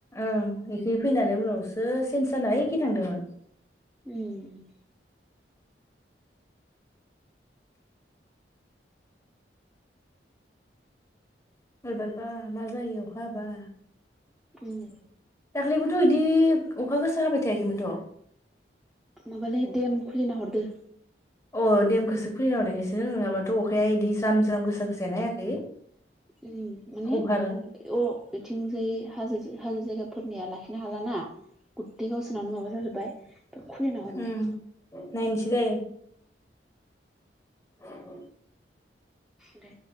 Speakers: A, on the left (about 15°); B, in the centre.
A: ओं एसे फैनानै उनाव सो चेनस जाना ओइखि थांदोंमोन
B: उम
A: एबारबा मा जायो अखा हाबा
B: उम
A: दाख्लैबोथ' बिदि अखा गोसा हाबाय थायाखैमोनथ'
B: माबालै देम खुलिना हरदो
A: अ देमखौसो खुलिना हरनायखायसो नङाबाथ' अखाया बिदि ज्राम ज्राम गोसा गोसायानो हायाखै
B: उ माने
A: अभार
B: अ बिथिंजाय हाजो हाजो जायगाफोरनिया लाखिनो हाला ना गथाय गावसोनानो माबा जाजोबबाय खुलिना
A: उम
B: हरबाय
A: नायनोसै दे <inaudible>
B: दे